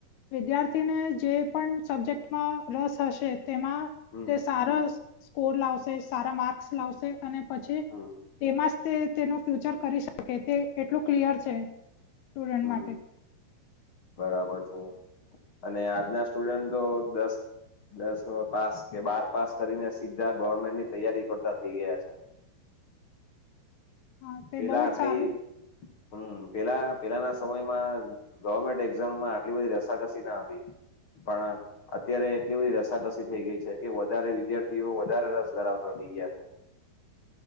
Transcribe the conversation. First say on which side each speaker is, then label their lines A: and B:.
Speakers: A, on the left; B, on the left.
A: વિદ્યાર્થીને જે પણ સબ્જેક્ટમાં રસ હશે. તેમાં
B: હમ
A: તે સારા સ્કોર લાવશે, સારા માર્ક્સ લાવશે, અને પછી-
B: હમ
A: તેમાં જતે તેનું ફ્યુચર કરી શકે તે એટલું ક્લયર છે, સ્ટુડન્ટ
B: હમ
A: માટે.
B: બરાબર છે, અને આજના સ્ટુડન્ટતો દસ. દસ પાસ કે બાર પાસ કરીને સીધા ગવર્મેન્ટની તૈયારી કરતા થઇ ગયા છે.
A: હા તે
B: પેલા
A: બહુ જ
B: આટલી
A: સારું
B: હમ પેલા પેલાના સમયમાં. ગવર્મેન્ટ એક્ઝામમાં આટલી બધી રસાકસી ના હતી પણ, અત્યારે એટલી બધી રસાકસી થઈ ગઈ છે, કે વધારે વિદ્યાર્થીઓ વધારે રસ ધરાવતા થઈ ગયા છે.